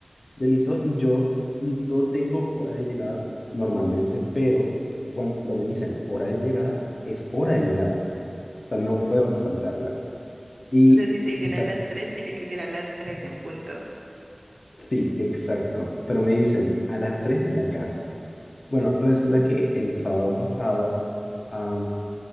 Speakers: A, on the left; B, on the right.
A: de Listo, y yo no tengo hora de llegada normalmente, pero cuando me dicen hora de llegada, es hora de llegada. O sea, no puedo faltarla. Y
B: O sea, si te dicen
A: está,
B: a las tres, tiene que ser a las tres en punto.
A: sí, exacto. Pero me dicen a las 3 en la casa. Bueno, resulta que el sábado pasado, am,